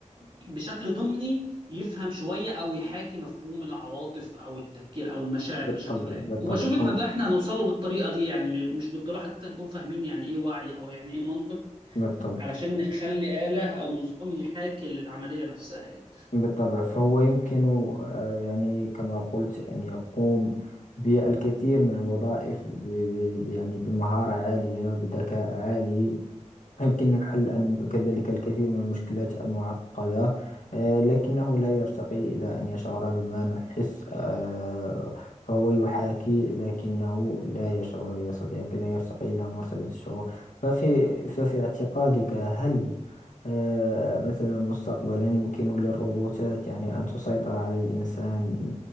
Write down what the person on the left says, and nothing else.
بالطبع
بالطبع
فهو
بالطبع
بالطبع فهو يمكن آه، يعني كما قلت أن يقوم بالكثير من الوظائف ب- ب- ب- يعني بمهارة عالية بذكاء عالي يمكن الحل أن كذلك الكثير من المشكلات المعقدة آه، لكنه لا يرتقي إلى أن يشعر بما نحس آه، فهو يحاكي لكنه لا يشعر يا صديقي لا يرتقي إلى مرتبة الشعور ففي ففي اعتقادك هل آه، مثلا مستقبلا يمكن للروبوتات يعني أن تسيطر على الإنسان